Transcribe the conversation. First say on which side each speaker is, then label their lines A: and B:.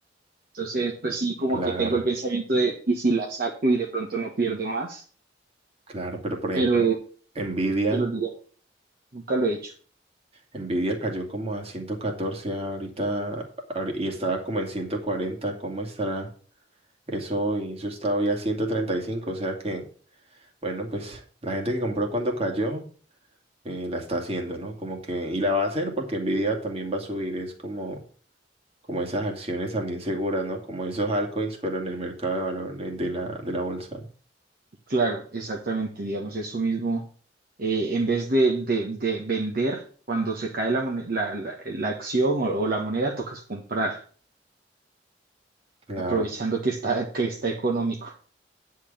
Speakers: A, on the right; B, on the right.
A: Entonces, pues sí, como
B: Claro,
A: que tengo el pensamiento de, ¿y si la saco y de pronto no pierdo más?
B: claro, pero por ejemplo,
A: Pero,
B: Nvidia,
A: pero digo, nunca lo he hecho.
B: Nvidia cayó como a 114 ahorita ahori- y estaba como en 140, ¿cómo estará eso hoy? Eso está hoy a 135, o sea que, bueno, pues la gente que compró cuando cayó, eh, la está haciendo, ¿no? Como que, y la va a hacer porque Nvidia también va a subir, es como... como esas acciones también seguras, ¿no? Como esos altcoins, pero en el mercado de valores de la, de la bolsa.
A: Claro, exactamente, digamos, eso mismo, eh, en vez de, de- de vender, cuando se cae la, mone- la, la- la acción o, o la moneda, tocas comprar,
B: Claro.
A: aprovechando que está, que está económico.